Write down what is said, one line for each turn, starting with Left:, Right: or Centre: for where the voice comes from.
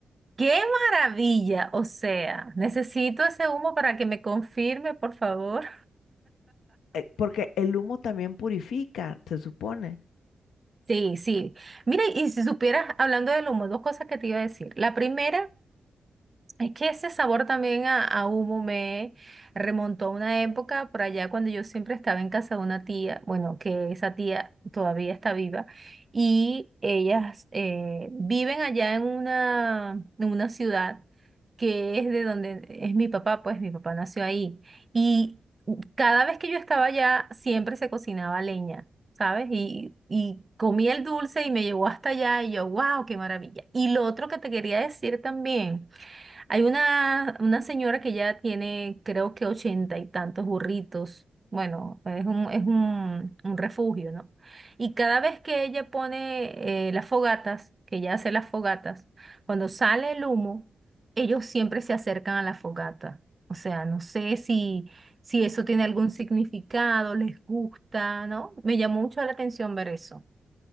Right: ¡Qué maravilla! O sea, necesito ese humo para que me confirme, por favor.
Left: Eh, Porque el humo también purifica, se supone.
Right: Sí, sí. Mira, y si supieras, hablando del humo, dos cosas que te iba a decir. La primera Es que ese sabor también a, a humo me remontó a una época por allá cuando yo siempre estaba en casa de una tía, bueno, que esa tía todavía está viva, y ellas eh, viven allá en una, en una ciudad que es de donde es mi papá, pues mi papá nació ahí. Y cada vez que yo estaba allá, siempre se cocinaba leña. ¿Sabes? Y, y comí el dulce y me llevó hasta allá y yo, wow, qué maravilla. Y lo otro que te quería decir también, hay una, una señora que ya tiene, creo que ochenta y tantos burritos. Bueno, es un, es un, un refugio, ¿no? Y cada vez que ella pone eh, las fogatas, que ella hace las fogatas, cuando sale el humo, ellos siempre se acercan a la fogata. O sea, no sé si, si eso tiene algún significado, les gusta, ¿no? Me llamó mucho la atención ver eso.